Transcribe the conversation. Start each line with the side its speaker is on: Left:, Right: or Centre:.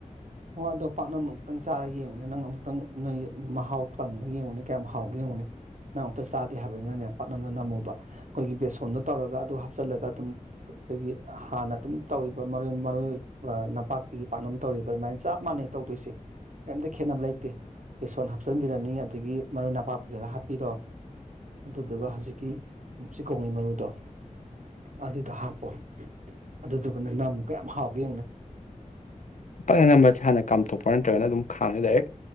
Right: ꯑꯣ ꯑꯗꯣ ꯄꯥꯛꯅꯝ ꯑꯃꯨꯛꯇꯪ ꯆꯥꯔꯒ ꯌꯦꯡꯉꯨꯅꯦ ꯅꯪ ꯑꯃꯨꯛꯇꯪ ꯅꯣꯏ ꯃꯍꯥꯎ ꯇꯪꯉ ꯌꯦꯡꯉꯨꯅꯦ ꯀꯌꯥꯝ ꯍꯥꯎꯒꯦ ꯌꯦꯡꯉꯨꯅꯦ ꯅꯪ ꯑꯃꯨꯛꯇ ꯆꯥꯗꯦ ꯍꯥꯏꯕꯅꯤꯅꯅꯦ ꯄꯥꯛꯅꯝꯗꯣ ꯅꯝꯃꯣꯕ ꯑꯩꯈꯣꯏꯒꯤ ꯕꯦꯁꯣꯟꯗꯣ ꯇꯧꯔꯒ ꯑꯗꯨ ꯍꯥꯞꯆꯤꯜꯂꯒ ꯑꯗꯨꯝ ꯑꯩꯈꯣꯏꯒꯤ ꯍꯥꯟꯅ ꯑꯗꯨꯝ ꯇꯧꯔꯤꯕ ꯃꯔꯣꯏ ꯃꯔꯣꯏ ꯑꯥ ꯅꯄꯥꯛꯄꯤꯒꯤ ꯄꯥꯛꯅꯝ ꯇꯧꯔꯤ ꯕꯃꯥꯏ ꯆꯞ ꯃꯥꯟꯅꯩ ꯇꯧꯗꯣꯏꯁꯦ ꯀꯩꯝꯇ ꯈꯦꯠꯅꯕ ꯂꯩꯇꯦ ꯕꯦꯁꯣꯟ ꯍꯥꯞꯆꯤꯟꯕꯤꯔꯅꯤ ꯑꯗꯒꯤ ꯃꯔꯣꯏ ꯅꯄꯥꯛꯄꯤ ꯈꯔ ꯍꯥꯞꯄꯤꯔꯣ ꯑꯗꯨꯗꯨꯒ ꯍꯧꯖꯤꯛꯀꯤ ꯆꯤꯀꯣꯡꯂꯩ ꯃꯔꯨꯗꯣ ꯑꯗꯨꯗꯣ ꯍꯥꯞꯄꯣ ꯑꯗꯨꯗꯨꯒꯅꯦ ꯅꯝꯃꯨ ꯀꯌꯥꯝ ꯍꯥꯎꯒꯦ ꯌꯦꯉꯨꯅꯦ
Left: ꯄꯛꯅ ꯅꯝꯕ꯭ꯔꯥ ꯍꯥꯟꯅ ꯀꯥꯝꯊꯣꯛꯄ꯭ꯔꯥ ꯅꯠꯇ꯭ꯔꯒꯅ ꯑꯗꯨꯝ ꯈꯥꯡꯗ ꯗꯥꯏꯔꯦꯛ